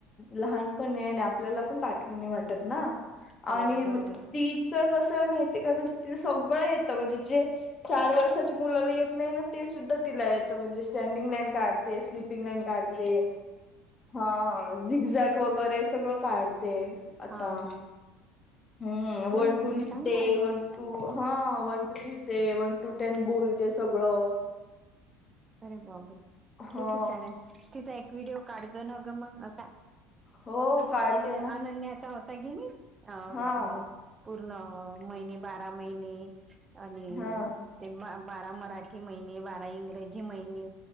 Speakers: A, on the left; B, on the right.
A: लहानपण आहे आणि आपल्याला पण पाठव‌. वाटत ना
B: हो
A: आणि
B: बरोबर
A: म्हणजे तिचं कसं आहे माहिती आहे का म्हणजे तिला सगळं येत. म्हणजे जे चार वर्षाच्या मुलाला येत नाही ना ते सुद्धा तिला येतं म्हणजे स्टँडिंग लाईन काढ. ते स्लपिंग लाइन काढते. हा झिगझॅक वगैरे सगळं काढते. आता
B: हा हा
A: हम् वन
B: हो ना
A: टू
B: मग
A: लिहिते
B: चांगलं आहे ना
A: वन
B: मग
A: टू. हा वन, टू लिहिते वन, टू टेन बोलते सगळं.
B: अरे बापरे
A: हा
B: खूप हुशार आहे तिचा एक व्हिडिओ काढजो न ग मग असा.
A: हो
B: जस
A: काढते
B: पहिले
A: ना
B: अनन्याचा होता. ताय की नई, आव
A: हा
B: म्हणजे पूर्ण महिने बा रा महिने आणि
A: हा
B: ते म बारा मराठी महिने बारा इंग्र जी महिने